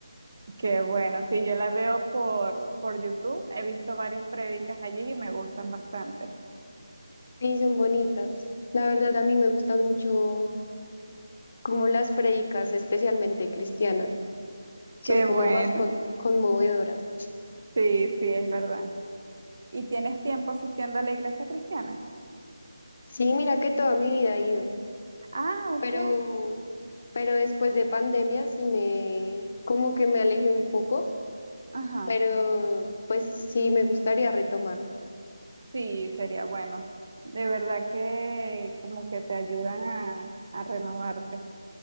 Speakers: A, on the right; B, on the left.
A: qué bueno. Sí, yo la veo por, por YouTube. He visto varias prédicas allí y me gustan bastante.
B: Y son bonitas. La verdad, a mí me gustan mucho como las predicas, especialmente cristianas, son
A: Qué
B: como
A: bueno.
B: más con- conmovedoras.
A: Sí, sí, es verdad. ¿Y tienes tiempo asistiendo a la iglesia cristiana?
B: Sí, mira que toda mi vida he ido,
A: Ah, ok.
B: pero, pero después de pandemia sí me, como que me alejé un poco,
A: Ajá.
B: pero pues sí me gustaría retomar.
A: Sí, sería bueno. De verdad que como que te ayudan a, a renovarte